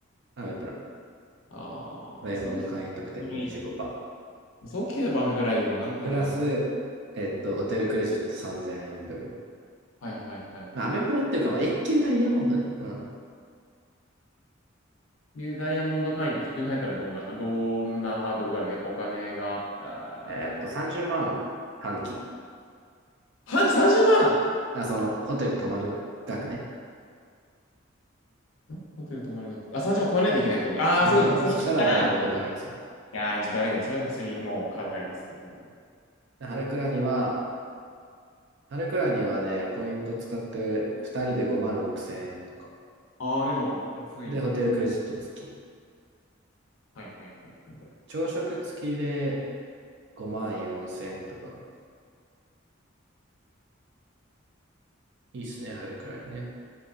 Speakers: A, on the right (about 60°); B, on the left (about 75°).
A: アメプラ。
B: ああー、
A: ダイヤモンド会員特典で25%。
B: それ聞くアメブラいいよそう聞けばアメブラいいよな、なるよな。
A: プラス、えっと、
B: うん。
A: ホテルクレジット3000円分。
B: はいはいはいはい。
A: まあ、アメプラっていうか、まあ、一級ダイヤモンドね。うん。
B: で、ダイヤモンド会員って普通に入ったらどんな、どんなハードルがあるやっぱお金が、あー
A: えっと、30万半期。
B: 半期30万
A: あ、その、ホテル泊まる額ね。
B: んんホテル泊まる額。あ、30万超えないといけないってことか。
A: そ、
B: ああ、そういうことか。
A: そそしたらダイヤモンド会員そう。
B: それ言ったら、いやー、ちょっとだるいな。それはもう普通にもうカード入りますってなんだ。
A: で、ハレクラには、ハレクラにはね、ポイント使って2人で5万6000円とか。
B: ああ、でも、安いね。
A: で、ホテルクレジット付き。
B: はいはいはいはい。
A: 朝食付きで5万4千円とか。いいっすね、春くらいにね。だ